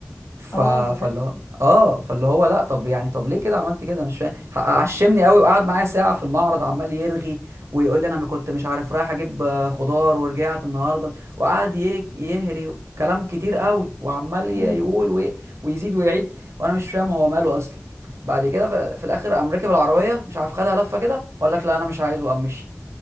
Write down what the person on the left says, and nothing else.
اه ده
غريب
امم